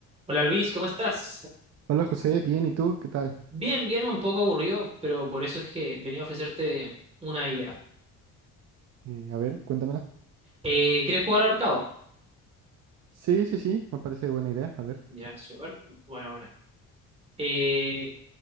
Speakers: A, on the right; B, on the right.
A: Hola Luis, ¿cómo estás?
B: Hola José, bien, ¿y tú? ¿Qué tal?
A: Bien, bien, un poco aburrido, pero por eso es que venía a ofrecerte una idea.
B: Eh, a ver, cuéntamela.
A: Eh, ¿quieres jugar ahorcado?
B: Sí, sí, sí, me parece buena idea. A ver,
A: Ya, súper. Bueno, bueno. Eh,